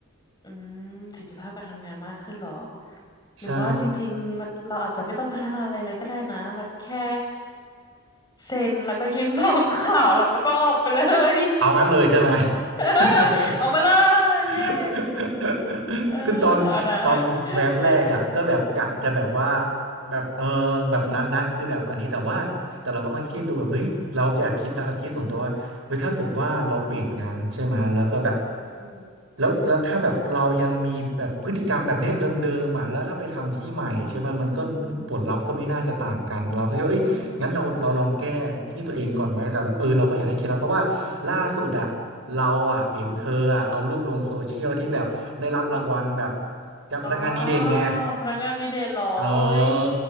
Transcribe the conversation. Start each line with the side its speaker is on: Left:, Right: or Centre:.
Left: อืมประสิทธิภาพการทำงานมากขึ้นเหรอ
Right: ใช่
Left: หรือว่าจริงๆมันเราอาจจะไม่ต้องพัฒนาอะไรเลยก็ได้นะเราก็แค่เซ็นแล้วก็ยื่น <laughs> ซองข่าวแล้วก็ออกไปเลย
Right: เอางั้นเลยใช่ไหม
Left: <laughs>
Right: <laughs>
Left: ออกมาเลยเย้
Right: <laughs>
Left: เออ
Right: คือตอนตอนแวบแรกอ่ะก็แบบกะจะแบบว่า
Left: อันนั้น <laughs> อะ
Right: แบบเออแบบนั้นนะคือแบบอันนี้แต่ว่าแต่เราก็มาคิดดูแบบเฮ้ยเราแอบคิดนะเอาคิดส่วนตัวว่าเฮ้ยถ้าเกิดว่าเราเปลี่ยนงานใช่ไหมแล้วก็แบบ
Left: อืมอืม
Right: แล้วแล้วถ้าแบบเรายังมีแบบพฤติกรรมแบบเนี้ยเดิมๆอ่ะแล้วถ้าไปทำที่ใหม่ใช่ไหมมันก็ผลลัพธ์ก็ไม่น่าจะต่างกันเราก็คิดว่าเอ้ย
Left: อืม
Right: งั้นเราเราลองแก้ที่ตัวเองก่อนไหมแต่แบบเออเราก็อยากได้เคล็ดลับเพราะว่าล่าสุดอะเราอะเห็นเธออะเอารูปลงโซเชียลที่แบบได้รับรางวัลแบบ
Left: อืม
Right: จากพนักงานดีเด่นไง
Left: อ๋อพนักงานดีเด่นเหรอโอ้ย
Right: เออ